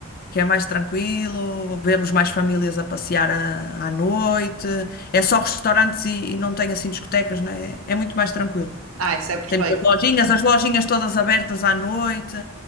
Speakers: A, on the left; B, on the right.
A: que é mais tranquilo, vemos mais famílias a passear à, à noite, é só restaurantes e, e não tem assim discotecas, né? É muito mais tranquilo.
B: Ah, isso é perfeito.
A: Tem muitas lojinhas, as lojinhas todas abertas à noite.